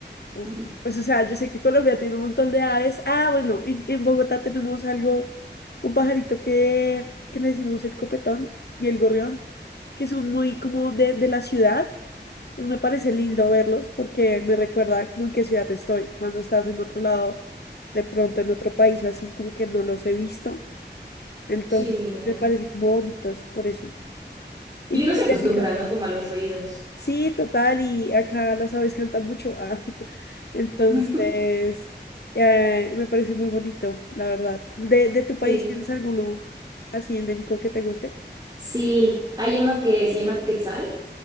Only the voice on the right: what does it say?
Ujú.
Sí.
Y
uno
se acostumbra,
¿no? Como a los ruidos.
<laughs>
Sí.
Sí, hay uno que se llama Quetzal.